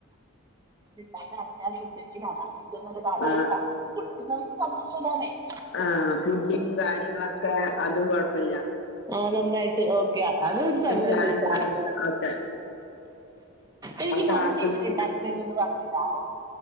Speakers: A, on the right; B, on the left.
A: ഉണ്ടാക്കാൻ അറിയാനുണ്ടെങ്കിൽ അതാണ് ഏറ്റവും നല്ലത് അതായ
B: ആഹ്
A: കാര്യൾ കൊടുിക്കുന്നവർക്ക് സന്തോഷമാണേഅത്
B: ആഹ പുഡിങ്ങും കാര്യങ്ങളൊക്കെ അതും കൊഴപ്പില്ല
A: ആഹ് നന്നായിട്ട് ഓക്കെ അതാണ് ഒരു നല്ലത്
B: സാധനങ്ങളാണ്
A: ചായാണ്
B: ഒക്കെ
A: എനിക്ക്
B: ഒക്കെ
A: മന്തി
B: ആസ്വദിച്ചുണ്ടാക്കും
A: എങ്ങനെ ഉണ്ടാക്കുമ ഒന്ന് പറഞ്ഞരാവോ